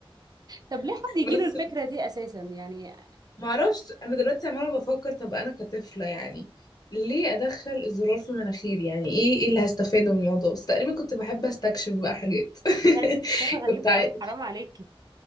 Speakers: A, on the right (about 45°); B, on the left (about 40°).
A: طب ليه حد يجيله
B: بس
A: الفكرة دي أساسا يعني
B: ما اعرفش انا دلوقتي عماله بفكر طب انا كطفله يعني ليه ادخل الزرار في مناخيري يعني ايه ايه اللي هستفاده من الموضوع بس تقريبا كنت بحب استكشف بقى حاجات
A: ده استكشاف
B: <laughs>
A: غريب
B: كنت عاي...
A: قوي حرام عليكي